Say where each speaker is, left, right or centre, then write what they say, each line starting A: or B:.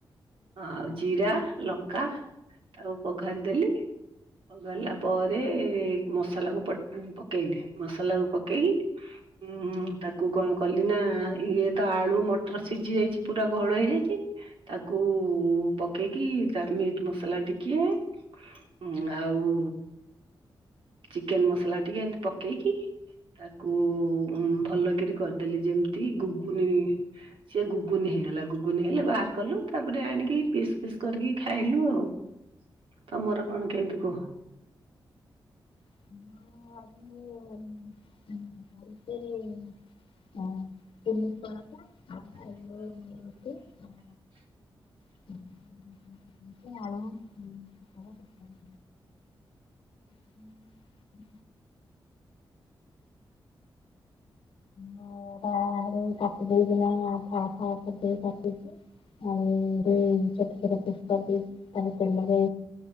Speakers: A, on the right (about 80°); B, on the left (about 80°).
A: ଆଉ ଜିରା, ଲଙ୍କା ତାକୁ ପଘାରିଦେଲି। ପଘରିଲା ପରେ ସଲାକୁ ପ ପକେଇଲି। ମସଲାକୁ ପକେଇକି ଉଁ ତାକୁ କଣ କଲିନା ଇଏତ ଆଳୁ ମଟର ସିଜି ଯାଇଛି, ପୁରା ଘୋଳ ହେଇଯାଇଛି କୁ ପକେଇକି, ତା ମିଟ୍ ମସଲା ଟିକେ ଉଁ ଆଉ ଚିକେନ ମସଲାଟିକେ ଏମତି ପକେଇକି, ତାକୁ ଉଁ ଭଲ କିରି କରିଦେଲି ଯେମିତି ଗୁଗୁନି ସେ ଗୁଗୁନି ହେଇଗଲା। ଗୁଗୁନି ହେଲେ ବାହାର କଲୁ। ତାପରେ ଆଣିକି ପିସ୍ ପିସ୍ କରିକି ଖାଇଲୁ ଆଉ। ତମର କଣ କେମିତି କୁହ?
B: <unintelligible> ଆଜି। <unintelligible> ଆଳୁ
A: <unintelligible>
B: ରୁଟି ଆଉ <unintelligible> ଆଳୁ ପୋଟଳ ତରକାରୀ। ଉଁ। <unintelligible> ନଅଟା ଆଳୁ କାଟିଦେଇକିନା ଫାଳ ଫାଳ କରିଦେଇ କାଟିଚି ଆଳୁ ରେ ଛୋଟ ଛୋଟ ପିସ୍ କରିଦେଇଛି। ତାକୁ ତେଲରେ